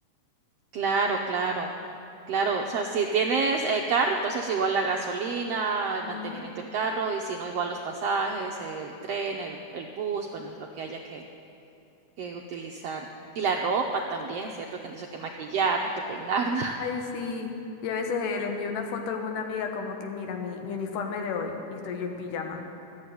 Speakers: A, on the right (about 80°); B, on the left (about 80°).
A: claro, claro, claro. O sea, si tienes eh, carro, entonces igual la gasolina,
B: Mm.
A: el mantenimiento del carro, y si no, igual los pasajes, el tren, el, el bus, bueno, lo que haya que, que utilizar. Y la ropa también, ¿cierto? Que entonces hay que maquillarnos, que peinarnos.
B: Ay, sí. Y a veces eh, le envío una foto a alguna amiga como que mira mi, mi uniforme de hoy y estoy yo en pijama.